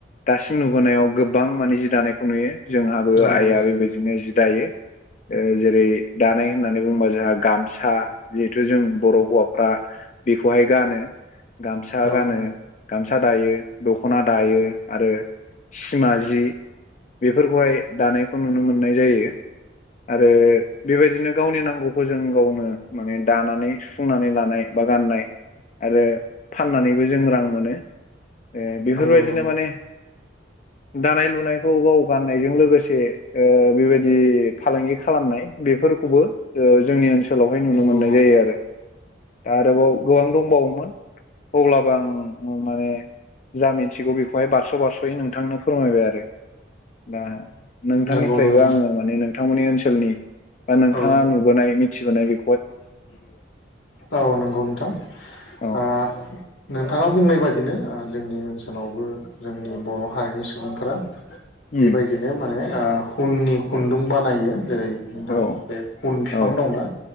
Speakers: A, on the left; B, on the left.
A: दासिम नुबोनायाव गोबां माने जि दानायखौ नुयो जोंहाबो
B: नंगौ
A: आइआ बेबायदिनो जि दायो। जेरै दानाय होननानै बुङोबा जोंहा गामसा जिहेथु जों बर' हौवाफ्रा बेखौहाय गानो गामसा
B: औ
A: गानो गामसा दायो दख'ना दायो। आरो सिमा जि बेफोरखौहाय दानायखौ नुनो मोननाय जायो। आरो बेबायदिनो गावनि नांगौखौ जों गावनो माने दानानै सुफुंनानै लानाय बा गाननाय आरो फाननानैबो जों रां मोनो। ए बेफोरबायदिनो
B: नंगौ नंगौ
A: माने दानाय -लुनायखौ गाव गाननायजों लोगोसे बेबायदि फालांगि खालामनाय बेफोरखौबो जोंनि ओनसोल ओनसोलावहाय नुनो
B: नंगौ
A: मोननाय
B: औ
A: जायो आरो। दा आरोबाव गोबां दंबावोमोन अब्लाबो आं माने जा मिन्थिगौ बेखौहाय बारसन नोंथांनो फोरमायबाय आरो दा नोंथांनिफ्रायबो
B: नंगौ नंगौ
A: आङो नोंथांनि ओनसोलनि बा नोंथाङा
B: औ
A: नोनाय मिथिनाय बे
B: औ नंगौ नोंथां
A: औ
B: ओ। नोंथाङा बुंनाय बादिनो जोंनि ओनसोलावबो जोंनि बर' हारिनि सुबुंफोरा
A: उम
B: बेबायदिनो माने हुननि खुन्दुं बानायो जेरै नोंथां
A: औ
B: बे उन बिफां
A: औ
B: दंन।